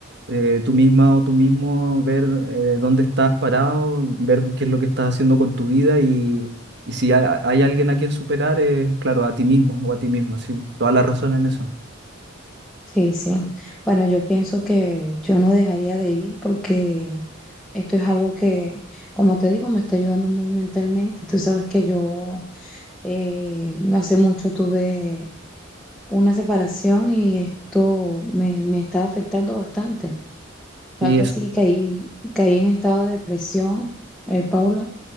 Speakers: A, on the right (about 55°); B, in the centre.
A: eh, tú misma o tú mismo ver eh, dónde estás parado, ver qué es lo que estás haciendo con tu vida y, y si hay, hay alguien a quien superar, es claro, a ti mismo o a ti misma, sí. Toda la razón en eso.
B: Sí, sí. Bueno, yo pienso que yo no dejaría de ir porque esto es algo que, como te digo, me está ayudando muy mentalmente. Tú sabes que yo eh, no hace mucho tuve una separación y esto me, me está afectando bastante. Tanto
A: Sí, eso.
B: así que caí, caí en estado de depresión, eh, Paulo,